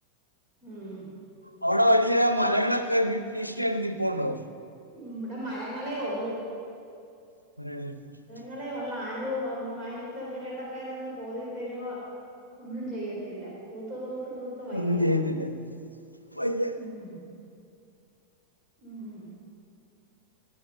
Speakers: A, on the right; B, on the left.
A: ഉം
B: അവിടെ വലിയ മലകളൊക്കെ ഭി ഭീഷണിയായിട്ട് നിപ്പോണ്ടോ?
A: ഉം ഇബടെ മരങ്ങളേ ഒള്ള്.
B: <unintelligible>
A: ങ്ങളെ ഒള്ള്. ആരും വ വ വ വയല്ത്തെ പെരിയിടക്കാരൊന്ന് പോയി തരുവോ ഒന്നും ചെയ്യത്തില്ല തൂത്ത് തൂത്ത് തൂത്ത് വയ്യ.
B: ഒന്നും ചെയ്യത്തില്ല വയ്യ
A: ഉം ഉം